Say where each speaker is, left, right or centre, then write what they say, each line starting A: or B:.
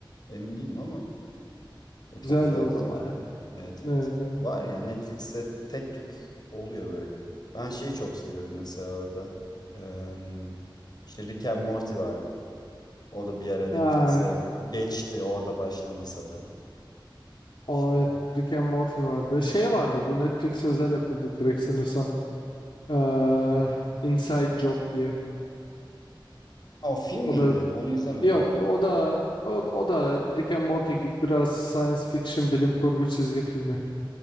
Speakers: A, on the left; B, on the left.
A: Emin değilim ama o çok
B: güzeldi
A: güzel
B: o
A: diziydi
B: da baya
A: canım. Evet evet.
B: evet, evet.
A: Var ya Netflix'te tek tük oluyor böyle. Ben şeyi çok seviyordum mesela orada. Eee işte Rick and Morty vardı. O da bir ara Netflix'e
B: Ay,
A: geçti orada başlamasa da.
B: o
A: İşte
B: evet, Rick and Morty vardı şey vardı bu Netflix özel yapıldı direkt sanıyorsam Eee Inside Job diye
A: o film
B: o
A: miydi?
B: da
A: Onu izlemedim.
B: Yok o da o, o da Rick and Morty gibi biraz science fiction bilim kurgu çizgi filmi.